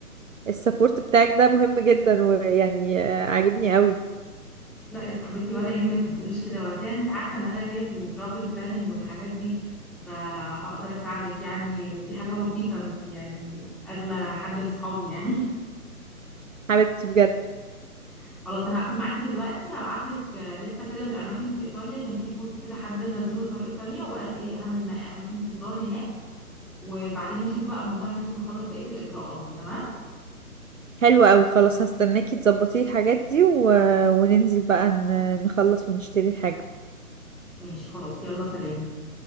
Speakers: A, on the right; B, in the centre.
A: السبورت بتاعك ده مهم جدا ويعني آه، عاجبني قوي
B: لا يا صاحبتي ولا يهمك ما تقوليش كده وكده انت عارفه ان انا ليا في الترافل بلاننج والحاجات دي فهقدر اساعدك يعني ودي حاجه بسيطه انت يعني اغلى حد في صحابي يعني
A: حبيبتي بجد
B: <laughs> خلاص انا هقفل معاكي دلوقتي هبعت لك لسته كده بالاماكن في ايطاليا كان في بوست كده حد منزله زار ايطاليا وقال ايه اهم الاماكن تتزار هناك وبعدين نشوف بقى موضوع ننزل نخلص بقيه الاجراءات ده تمام
A: حلو قوي خلاص هستناكي تظبطي الحاجات دي و... وننزل بقى ن... نخلص ونشتري الحاجة
B: ماشي خلاص يلا سلام